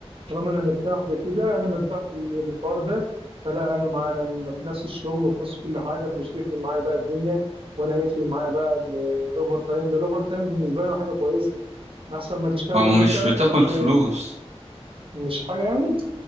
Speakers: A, on the right (about 55°); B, on the right (about 85°).
A: طالما انا مرتاح بكده انا مرتاح بال- بالحوار ده فلا انا مع انا في نفس الشغل وفي نفس كل حاجه فمش هتفرق معايا بقى الدنيا ولا هيفرق معايا بقى الاوفر تايم ده الاوفر تايم بالنسبه لي أنا حاجه كويسه احسن ما تشتغل
B: ما هو مش
A: مثلا
B: بتاخد
A: وت-
B: فلوس
A: مش حاجه يعني